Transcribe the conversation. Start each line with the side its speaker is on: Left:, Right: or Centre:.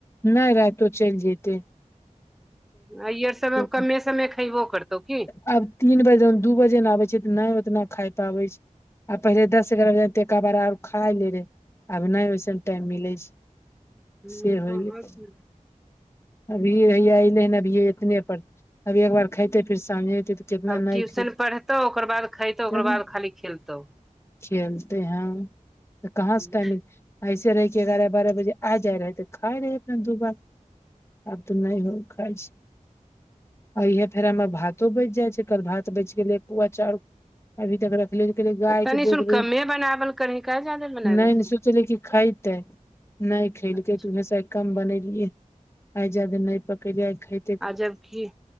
Left: नै रातो चलि जैतै।
Centre: अई आर सब कमे
Left: के
Centre: समे खयबो करतौ की।
Left: आब तीन बजे दू बजे न आबै छै तऽ नै ओतना खा पाबै छै आ पहिले दस एगारह बजे त एक बार आर खाय ले रहे आब नै ओते टाइम मिलै छै
Centre: हूँ
Left: से होइ
Centre: कहाँ
Left: गेलै,
Centre: छी
Left: अभी हया अलै हन अभीये कतने पर अभी एक बार खेते फिर सझी अे तऽ कितना
Centre: आब
Left: नय
Centre: ट्यूशन
Left: खेते
Centre: पढ़तौ ओकर बाद खयतौ ओकर
Left: चलू
Centre: बाद खाली खेलतौ
Left: खेलते हैं तऽ कहाँ
Centre: ओ
Left: से टाइमी ऐसे रहहि के एगारह बारह बजे आ जाय रहै तऽ खााय रहै अपना दू बार आब तऽ नय हो खाइ छै। अ इहे फेर मे भ दू बज जाइ छै। कल भात बचि गेलै पुआ चाउर अभी तक रा कहये गाय
Centre: तऽ तनी
Left: के
Centre: सुन
Left: दे देबै
Centre: कमे बनावल करही काहे जादे बनाबै
Left: नय
Centre: छी
Left: ने सोचले कि खेतै। नय खेलेलके
Centre: अच्छा
Left: त उहेस आई कम बनेेलियऐ। आइ जादे नय पकेलये आई ख
Centre: आ जब की